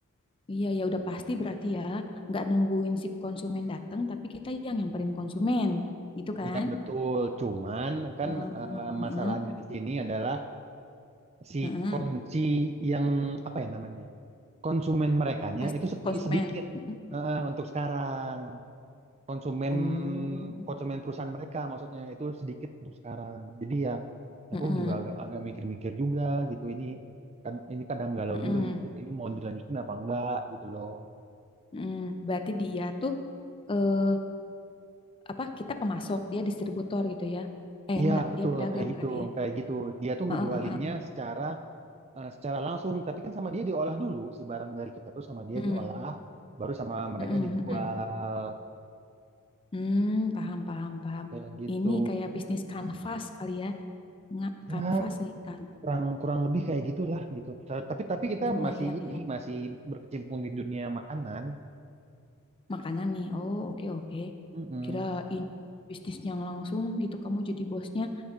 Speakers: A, on the left; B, on the right.
A: iya ya udah pasti berarti ya nggak nungguin si konsumen datang tapi kita yang nyamperin konsumen gitu kan?
B: Iya betul, cuman kan
A: Oh,
B: eh, masalahnya
A: heeh,
B: di sini adalah si
A: heeh.
B: kunci yang apa ya namanya konsumen merekanya
A: Pas
B: itu sepi
A: konsumen.
B: sedikit
A: Heeh.
B: eh, untuk sekarang konsumen
A: Oh,
B: konsumen perusahaan mereka maksudnya itu sedikit untuk sekarang jadi ya
A: heeh,
B: aku juga agak agak mikir-mikir juga gitu ini kan ini kadang galau
A: heeh,
B: juga mikir ini mau dilanjutin apa enggak gitu loh.
A: heeh. Berarti dia tuh eh, apa? Kita pemasok dia distributor gitu ya? Eh
B: Iya
A: enggak
B: betul
A: dia pedagang
B: kayak gitu
A: berarti ya?
B: kayak gitu dia tuh ngejualinnya
A: Heeh,
B: secara eh, secara langsung, tapi kan sama dia diolah dulu si barang dari kita tuh sama dia
A: heeh,
B: diolah, baru sama mereka
A: heeh,
B: dijual
A: heeh. Hmm, paham, paham, paham.
B: kayak gitu.
A: Ini kayak bisnis kanvas kali ya. Nggak
B: Ya
A: kanvas sih kan.
B: kurang kurang lebih kayak gitulah gitu. Ta- Tapi tapi kita
A: Iya,
B: masih
A: iya,
B: ini
A: iya.
B: masih berkecimpung di dunia makanan.
A: Makanan nih. Oh, oke, oke.
B: Mm-mm.
A: Kirain bisnis yang langsung gitu kamu jadi bosnya.